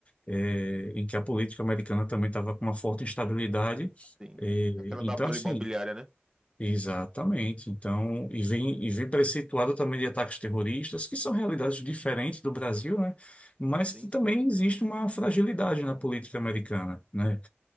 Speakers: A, on the left; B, on the right.
A: eh, em que a política americana também estava com uma forte instabilidade.
B: Tem
A: Eh,
B: aquela
A: então,
B: da bola
A: assim,
B: imobiliária, né?
A: Exatamente. Então, e vem, e vem preceituado também de ataques terroristas, que são realidades diferentes do Brasil, né? Mas
B: Sim,
A: que também
B: sim.
A: existe uma fragilidade na política americana, né?